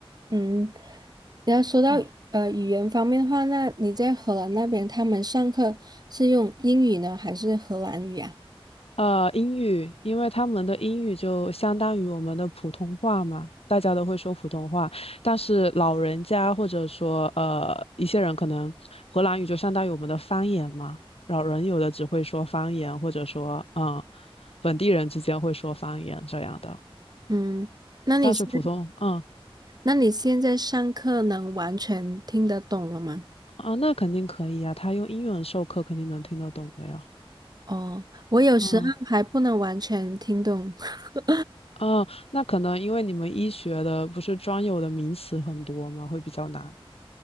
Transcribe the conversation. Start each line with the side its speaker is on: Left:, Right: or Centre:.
Right: 嗯，然后说到呃语言方面的话，
Left: 嗯
Right: 那你在荷兰那边，他们上课是用英语呢，还是荷兰语啊？
Left: 呃，英语，因为他们的英语就相当于我们的普通话嘛，大家都会说普通话。但是老人家或者说呃一些人，可能荷兰语就相当于我们的方言嘛。老人有的只会说方言，或者说嗯，本地人之间会说方言这样的。
Right: 嗯，那你现
Left: 但是普通，嗯
Right: 那你现在上课能完全听得懂了吗？
Left: 啊，那肯定可以呀，他用英文授课肯定能听得懂的呀。
Right: 哦，我有时候还不能完全听懂，
Left: 嗯
Right: <laughs>
Left: 嗯，那可能因为你们医学的不是专有的名词很多嘛，会比较难。